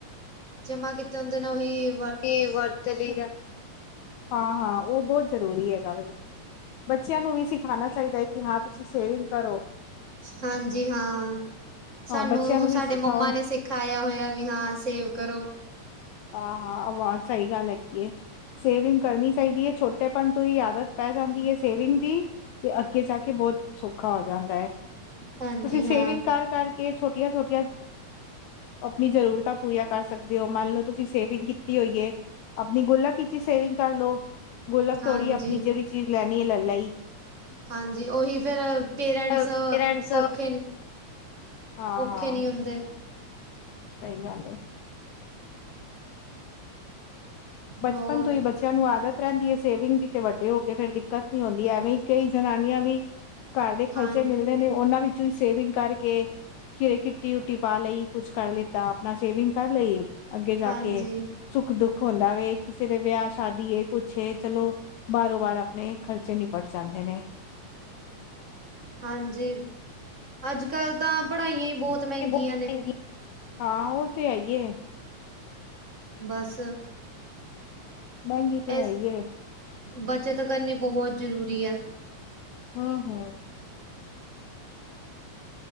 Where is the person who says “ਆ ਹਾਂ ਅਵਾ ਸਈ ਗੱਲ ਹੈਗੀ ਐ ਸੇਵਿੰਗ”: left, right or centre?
Left